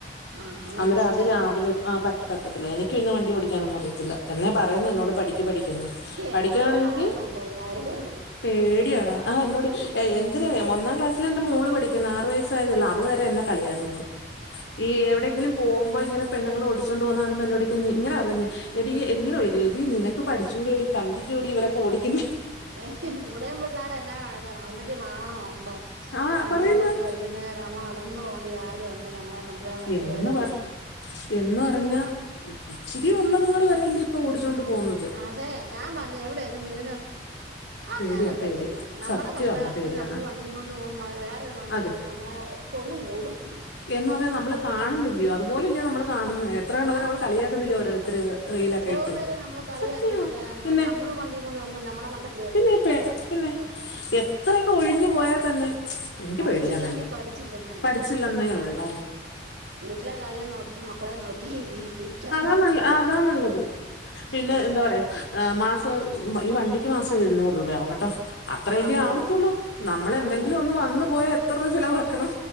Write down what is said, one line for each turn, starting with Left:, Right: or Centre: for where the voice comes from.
Right: ആ അന്നേരം
Left: അന്നരം
Right: ബുദ്ധിമുട്ടാ
Left: അത് രാവിലെ അഹ് പറ്റ പറ്റത്തില്ല എനിക്ക് പിന്നെ വണ്ടി ഓടിക്കാനൊന്നും അിയത്തില്ല എന്നേ പറയുന്ന എന്നോട് പഠിക്ക വണ്ടി പഠിക്കന്നു പഠിക്കയാണെങ്കി
Right: എന്നോടും പറയുന്നുണ്ട് എല്ലാരും
Left: പേടിയാടാ ആ എന്നോട് എന്തിന ഒന്നാം ക്ലാസ്സൽ എന്റെ മോള് പഠിക്കുന്ന ആറു വയസ് തായ്ള്ള അവള് വരെ എന്നെ കളിയാക്കുന്നു ഈ എവിടെയെങ്കിലും പോകുമ്പോ ഇങ്ങനെ പെണ്ണുങ്ങൾ ഓടിചോണ്ട് പോന്നകാണുമ്പോ എന്നോടോയ്ക്കും ഇങ്ങന പറയുന്നേ എടീ എ ഇങ്ങനെ വിളിക്കും എടീ നിനക്ക് പഠിച്ചുകൂടോടി കണ്ടില്ലോടി ഇവരൊക്കെ ഓടിക്കന്നേ
Right: ഏയ് ഇവിടെയും പിള്ളോര് എന്നെ വഴക്കുപറയും അമ്മയ്ക്ക് നാണോ ഉണ്ടോ
Left: ആ
Right: വണ്ടി
Left: പറയുന്ന്
Right: ഓടിച്ചു പഠിക്കുന്നെ അമ്മ നടന്നു പോണ്ടി ആരും ഉണ്ട് ഞങ്ങളെ കൊണ്ടുവരാൻ വരേണ്ട
Left: എന്ന്
Right: കാര്യം
Left: പർ
Right: ഉണ്ടോ
Left: എന്ന് പർഞ്ഞാ ഇച്ചിരി ഉള്ളതുങ്ങള് വരെ അല്ലേ ഇപ്പൊ ഓടിച്ചോണ്ട് പോന്നത്
Right: അതെ ഞാൻ പർഞ്ഞ്‌ എവിടേലും വീണ് അറിയാനൊക്കത്തില്ല.
Left: പേടിയാ പേടിയാ
Right: നമ്മളെ
Left: സത്യമാന്നേ
Right: കഷ്ടകാലത്തിന്
Left: പേടിയാന്ന്
Right: നമ്മള് വണ്ടിയും കൊണ്ട് പോകു വേറൊരു വണ്ടി
Left: അതെ
Right: വന്ന് നമ്മളെ കൊന്ന് മൂടും
Left: എന്ന് പർഞ്ഞ്‌ നമ്മള് കാണുന്നില്ലയോ അതുപോലെ ഇല്ല നമ്മള് കാണുന്ന എത്രയിണ്ണത്തിനെ
Right: ആ
Left: നമ്മള് കളിയാക്കുന്നില്ലേ ഓരോരുത്തര് റീലൊക്കെ
Right: എത്രയോ
Left: ഇട്ട്
Right: പേരെ നമ്മള് കളിയാക്കിയിട്ടില്ലെ
Left: സത്യമാ
Right: നമ്മ
Left: പിന്നെ
Right: നമ്മള് വണ്ടിയും കൊണ്ട് പോകുമ്പോ നമ്മടെ മണ്ട
Left: പിന്നെ ഇപ്പ പിന്നെ എത്രയൊക്കെ ഒഴിഞ്ഞു പോയാ തന്നെ എനിക്ക്
Right: പഠിച്ചില്ലെങ്കി
Left: പേടിയാന്നേ
Right: പഠിച്ചില്ലെന്നേ
Left: പഠിച്ചില്ലന്നേ
Right: ഉള്ളൂ
Left: ഉള്ള
Right: വീട്ടിലെ കാര്യം നോക്കി മക്കളെ നോക്കി ജീവിക്കാം
Left: അതാ നല്ല അതാ നല്ലത് പിന്നെ
Right: വെറുതെ
Left: എന്താ പറയാ മാസം ഈ വണ്ടിക്ക് മാസം എഴുന്നൂറ് രൂപയാവും കേട്ടോ അത്രയില്ലേ
Right: ആ അത്
Left: ആവത്തുള്ളൂ
Right: തന്നെ
Left: നമ്മള് എന്തെങ്കിലും
Right: അതെ
Left: ഒന്ന് വന്നു പോയ എത്ര രൂവ ചെലവാക്കണം